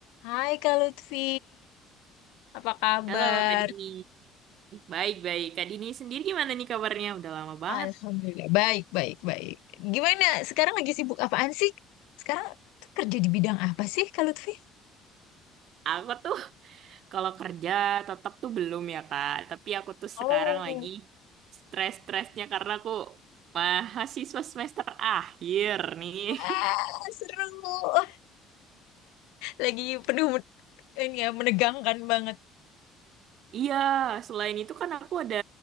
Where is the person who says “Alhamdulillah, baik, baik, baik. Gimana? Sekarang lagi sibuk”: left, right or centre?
Left